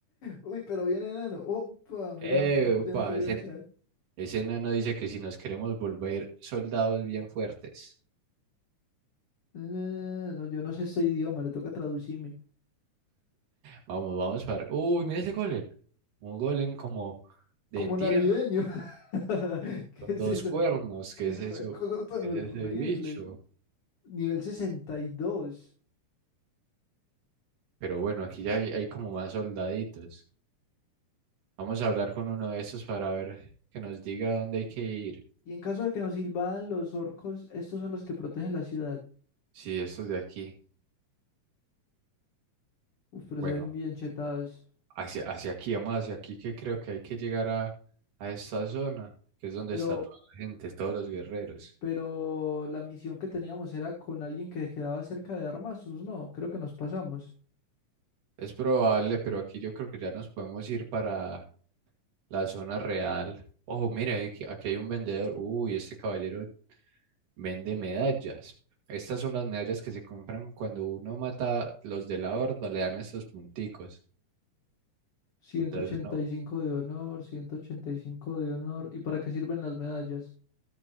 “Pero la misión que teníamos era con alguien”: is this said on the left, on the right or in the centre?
Left